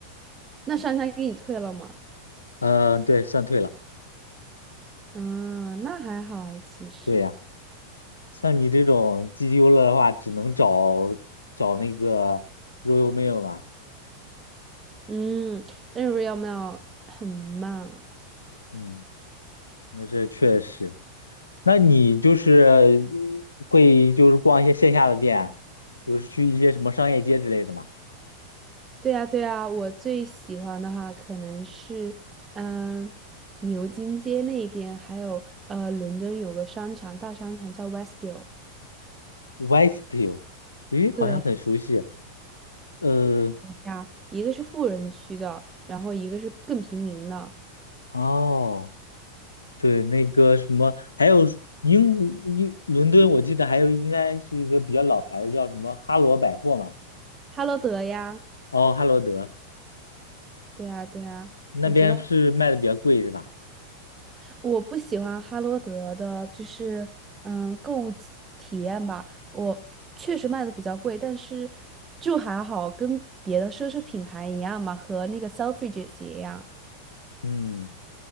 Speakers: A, on the right (about 20°); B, on the left (about 75°).
A: 那商家给你退了吗？
B: 嗯、对，算退了。
A: 啊，那还好哎，其实。
B: 对呀、像你这种寄丢了的话，只能找找那个 Royal Mail 嘛。
A: 嗯，但是有没有很慢？
B: 嗯，那这确实。那你就是呃会就是逛一些线下的店，就是去一些什么商业街之类的嘛
A: 对呀，对呀，我最喜欢的哈可能是，嗯、牛津街那边，还有呃，伦敦有个商场，大商场叫 Westfield。
B: w e s t f i e d 咦，好像很熟悉。
A: 对
B: 呃，
A: 呀，一个是富人区的，然后一个是更平民的，
B: 哦，对，那个什么，还有英英伦敦，我记得还有应该是一个比较老牌的，叫什么哈罗百货嘛？
A: 哈罗德呀。
B: 哦，哈罗德
A: 对呀，对呀，
B: 那边是卖的比较贵是吧？
A: 我知道我不喜欢哈罗德的，就是嗯，购物体体验吧。我确实卖的比较贵，但是就还好，跟别的奢侈品牌一样嘛，和那个 Selfridges 也一样。
B: 嗯，